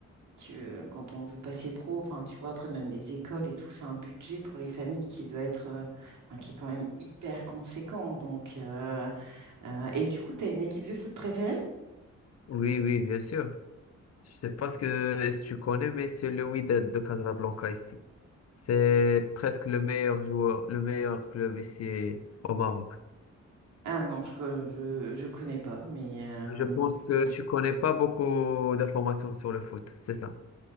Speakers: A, on the right (about 75°); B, on the left (about 55°).
A: que quand on veut passer pro, enfin, tu vois, après même les écoles et tout, c'est un budget pour les familles qui doit être, euh, enfin, qui est quand même hyper conséquent. Donc, euh, euh, et du coup, tu as une équipe de foot préférée?
B: Oui, oui, bien sûr. Je sais pas ce que est-ce que tu connais, mais c'est le Wydad de Casablanca ici. C'est presque le meilleur joueur, le meilleur club ici au Maroc.
A: Ah non, je co- je, je connais pas, mais euh,
B: Je pense que tu connais pas beaucoup d'informations sur le foot, c'est ça.